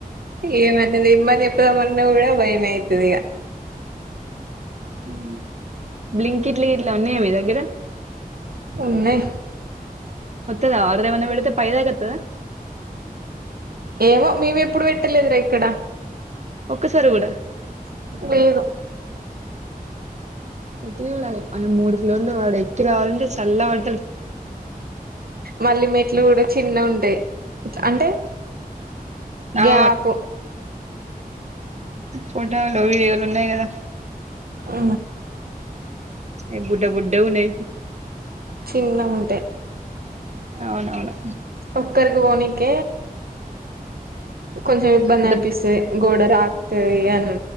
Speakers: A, on the right; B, on the right.
A: ఏమది తేమ్మని చెప్పు చెప్తామన్న కూడా భయం అయితది ఇగ
B: ఉ బ్లింకిట్ ఇట్లా గిట్ల ఉన్నాయా మీ దగ్గర
A: ఉన్నాయ్
B: వత్తదా ఆర్డర్ ఏమన్నా పెడీతే పై దాకా వత్తాద
A: ఏ ఏమో మేమి ఎప్పుడు పెట్టలేదురా ఇక్కడ
B: ఒక్కసారి కూడా
A: లేదు
B: గట్టిగా ఉండాలే మూడు పోర్లు వాడు ఎక్కి రావాలంటే చల్ల పడతడు
A: మల్లీ మెట్లు కూడా చిన్న ఉంటాయి అంటే
B: ఆ
A: గ్యాప్
B: ఫోటోలో వీడియోలు ఉన్నాయి కదా
A: ఆ
B: ఏ బుఢా బుఢవునే
A: చిన్న ఉంటాయి
B: అవునవును
A: ఉక్కరుకి పోనీక కొంచెం ఇబ్బంది
B: అంత
A: అనిపిస్తుంది గోడ రాకుతు అని